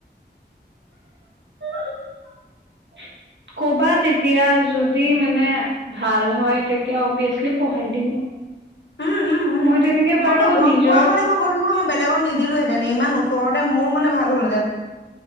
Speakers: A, on the right; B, on the left.
A: <inaudible> ক'বা তেতিয়া যদি মানে ভাল হয়, তেতিয়া অবিয়াচলি পঢ়াই দিম।
B: উম উম উম
A: মই তেনেকে বাৰু
B: মইতো গম
A: নিজৰ
B: পোৱা হ'লে মই ক'লো নহয় মই বেলেগত নিদি দিলোহেতেন ইমান ওচৰতে মোৰ মানে ভাল হলহেঁতেন